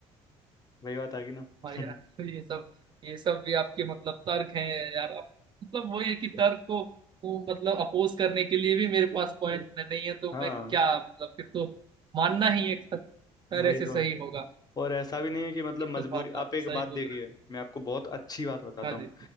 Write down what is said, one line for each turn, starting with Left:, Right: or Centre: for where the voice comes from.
Left: वही बात आ गई ना
Right: हाँ
Left: <laughs>
Right: यार तो ये सब ये सब भी आपके मतलब तर्क हैं यार आप मतलब वही है कि तर्क को को मतलब अपोज करने के लिए भी मेरे पास पॉइंट नहीं है तो
Left: हाँ
Right: मैं क्या मतलब फिर तो मानना ही एक तरह
Left: वही
Right: से
Left: तो
Right: सही होगा
Left: और ऐसा भी नहीं है कि मतलब
Right: ये
Left: मजबूरी
Right: तो बात
Left: आप
Right: आप
Left: एक
Right: सही
Left: बात
Right: बोल
Left: देखिए
Right: रहे हो
Left: मैं आपको बहुत अच्छी बात बताता
Right: हाँ जी
Left: हूँ